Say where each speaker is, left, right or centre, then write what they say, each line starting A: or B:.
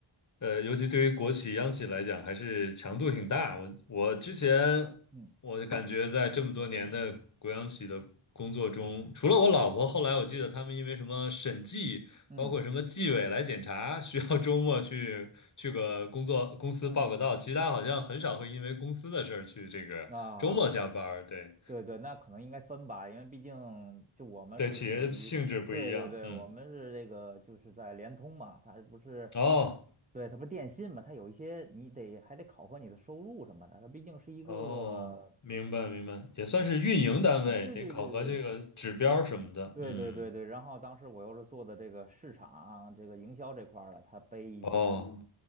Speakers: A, on the left (about 35°); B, on the right (about 15°).
A: 呃，尤其对于国企、央企来讲，还是强度挺大。我我之前
B: 嗯
A: 我感觉在这么多年的国央企的工作中，除了我老婆，后来我记得他们因为什么审计，
B: 嗯
A: 包括什么纪委来检查，<laughs> 需要周末去去个工作公司报个到，
B: 嗯
A: 其他好像很少会因为公司的事儿去这个周末加班儿。
B: 啊，
A: 对
B: 对对，那可能应该分吧，因为毕竟就我们是属于，
A: 对，企业性质不一样，
B: 对对对，
A: 嗯。
B: 我们是这个就是在联通嘛，它不是，
A: 哦
B: 对，它不是电信嘛，它有一些你得还得考核你的收入什么的，它毕竟是一个。
A: 哦，明白明白，也算是运营单位，
B: 啊，对对对对
A: 得考核这个指标什么的。
B: 对对对对，
A: 嗯，
B: 然后当时我又是做的这个市场啊、这个营销这块儿的，他背一些
A: 哦，